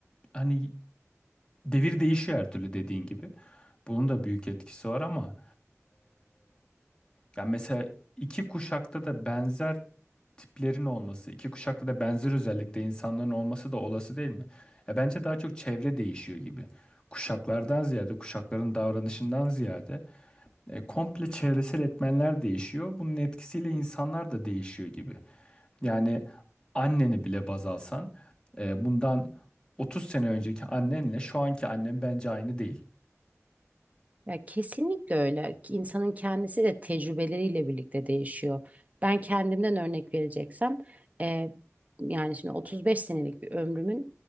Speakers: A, on the left; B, on the right.
A: hani devir değişiyor her türlü dediğin gibi. Bunun da büyük etkisi var ama Yani mesela iki kuşakta da benzer tiplerin olması, iki kuşakta da benzer özellikle insanların olması da olası değil mi? Ya bence daha çok çevre değişiyor gibi. Kuşaklardan ziyade, kuşakların davranışından ziyade e, komple çevresel etmenler değişiyor. Bunun etkisiyle insanlar da değişiyor gibi. Yani anneni bile baz alsan, e, bundan 30 sene önceki annenle şu anki annen bence aynı değil.
B: Ya kesinlikle öyle. İnsanın kendisi de tecrübeleriyle birlikte değişiyor. Ben kendimden örnek vereceksem, e, yani şimdi 35 senelik bir ömrümün